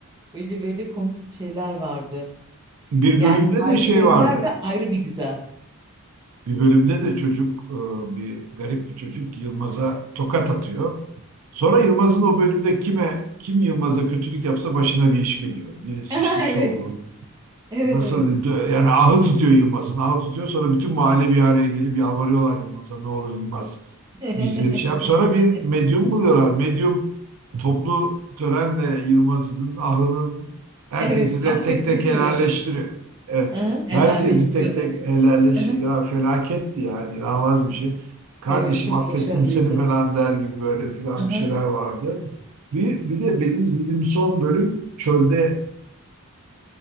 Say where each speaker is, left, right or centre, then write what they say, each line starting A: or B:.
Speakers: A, on the right (about 20°); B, on the right (about 80°).
A: Böyle böyle komik şeyler vardı.
B: Bir
A: Yani
B: bölümde
A: tarihi
B: de şey
A: bölümler
B: vardı.
A: de ayrı bir güzel.
B: Bir bölümde de çocuk e, bir garip bir çocuk Yılmaz'a tokat atıyor. Sonra Yılmaz'ın o bölümde kime kim Yılmaz'a kötülük yapsa başına bir iş geliyor. Birisi
A: <laughs>
B: işte şu
A: Evet.
B: olur,
A: Evet
B: Nasıl
A: evet.
B: yani ahı tutuyor Yılmaz'ın ahı tutuyor sonra bütün mahalle bir araya gelip yalvarıyorlar Yılmaz'a ne olur Yılmaz
A: <laughs>
B: bizi şey yap sonra bir medyum buluyorlar medyum toplu törenle Yılmaz'ın ahının herkesi
A: Evet,
B: de
A: affetme
B: tek tek
A: töreni
B: helalleştiriyor
A: yapıyor.
B: evet.
A: Aha, helalleştiriyordu.
B: herkesi tek tek helalleştiriyor
A: Aha,
B: ya felaketti yani inanılmaz bir şey kardeşim
A: evet, çok
B: affettim
A: başarılıydı.
B: seni falan der gibi böyle filan
A: Aha,
B: bir şeyler vardı bir, bir de benim izlediğim son bölüm çölde